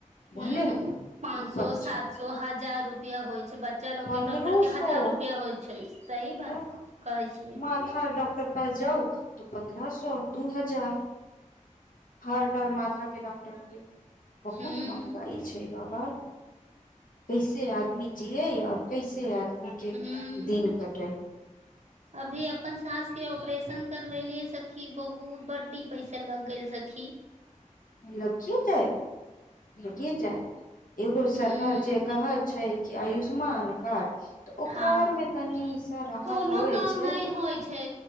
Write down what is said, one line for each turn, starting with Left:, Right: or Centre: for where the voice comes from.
Left: भले
Right: ह पाँच
Left: ऊपर
Right: सए सात
Left: छै
Right: सए हजार रुप रुपया होइ बच्चा लोग
Left: पन्द्रहो
Right: डॉक्टर के
Left: सौ
Right: हजार रुपआ होय छै सही बात
Left: तऽ
Right: कहै छियै
Left: माथा डॉक्टर पास जाउ त पन्द्रह सए दू हजार हर टर माथा के <unintelligible> बहुत
Right: हूँ
Left: महँगाई छै बाबा कैसे आदमी जियए या कैसे आत
Right: हूँ
Left: दिन कटे
Right: अभी अप अपन सास के ऑपरेशन करब पहिले स किी बहुत बत बड्डी पैसे लग गेल सी
Left: लग जाय ल जाय एगो
Right: हूँ
Left: सरकार जे कहल छै की आयुष्मान कार्ड तऽ ओकरा
Right: हँ
Left: आर मे तनी सा राहत
Right: कोनो
Left: होवे
Right: काम
Left: छै
Right: नइ होइ छै